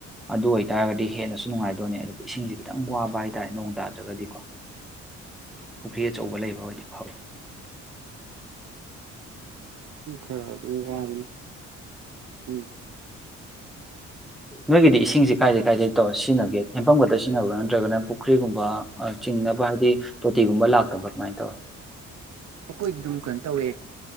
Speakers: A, in the centre; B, on the right (about 60°).
A: ꯑꯗꯨ ꯑꯣꯏꯇꯥꯥꯔꯒꯗꯤ ꯍꯦꯟꯅꯁꯨ ꯅꯨꯡꯉꯥꯏꯗꯣꯏꯅꯦ ꯑꯗꯨ ꯏꯁꯤꯡꯁꯦ ꯈꯤꯇꯪ ꯋꯥꯕ ꯍꯥꯏ ꯇꯥꯔꯦ ꯅꯣꯡ ꯇꯥꯗ꯭ꯔꯒꯗꯤꯀꯣ ꯄꯨꯈ꯭ꯔꯤ ꯑꯆꯧꯕ ꯂꯩꯕ ꯑꯣꯏꯔꯗꯤ ꯐꯕ
B: ꯍ ꯑꯗꯨ ꯀꯕ ꯎꯝ
A: ꯅꯣꯏꯒꯤꯗꯤ ꯏꯁꯤꯡꯁꯤꯦ ꯀꯥꯏꯗꯗꯒꯤ ꯀꯥꯏꯗꯩ ꯇꯧꯔ ꯁꯤꯖꯤꯟꯅꯒꯦ ꯌꯐꯝ ꯈꯛꯇ ꯁꯤꯖꯤꯟꯅꯕ꯭ꯔꯥ ꯅꯠꯇ꯭ꯔꯒꯅ ꯄꯨꯈ꯭ꯔꯤꯒꯨꯝꯕ ꯆꯤꯡꯅꯕ ꯍꯥꯏꯗꯤ ꯇꯣꯇꯤꯒꯨꯝꯕ ꯂꯥꯛ ꯃꯥꯥꯏ ꯇꯧ
B: ꯑꯩꯈꯣꯏꯗꯤ ꯑꯗꯨꯝ ꯀꯩꯅꯣ ꯇꯧꯋꯦ